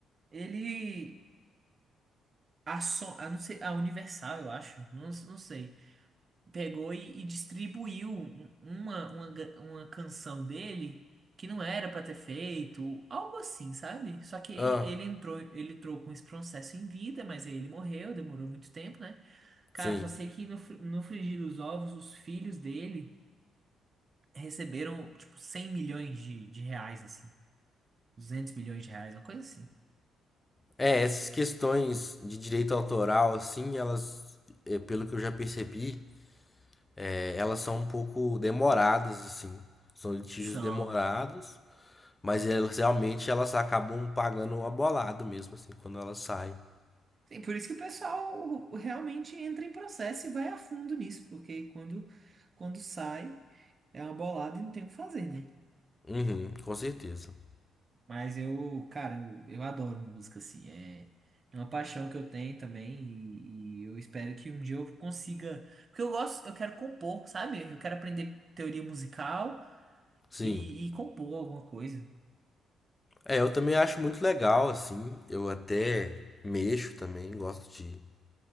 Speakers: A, on the right; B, on the left.
A: Ele A, Son- a, não sei, a Universal, eu acho, não, não sei, pegou e, e distribuiu um- uma, uma, ga- uma canção dele que não era pra ter feito, algo assim, sabe? Só que ele
B: Ah,
A: entrou, ele entrou com esse processo em vida, mas aí ele morreu, demorou muito tempo, né? Cara,
B: sim.
A: só sei que no, fr- no frigir dos ovos, os filhos dele receberam, tipo, 100 milhões de, de reais, assim, 200 milhões de reais, uma coisa assim.
B: É, essas questões de direito autoral, assim, elas, é, pelo que eu já percebi, É, elas são um pouco demoradas, assim. São litígios
A: são
B: demorados, mas elas realmente elas acabam pagando uma bolada mesmo, assim, quando elas saem.
A: Sim, por isso que o pessoal realmente entra em processo e vai a fundo nisso, porque quando, quando sai é uma bolada e não tem o que fazer, né?
B: Uhum, com certeza.
A: Mas eu, cara, eu, eu adoro música, assim, é, é uma paixão que eu tenho também e, e eu espero que um dia eu consiga. Porque eu gosto, eu quero compor, sabe? Eu quero aprender teoria musical
B: Sim.
A: e, e compor alguma coisa.
B: É, eu também acho muito legal, assim. Eu até mexo também, gosto de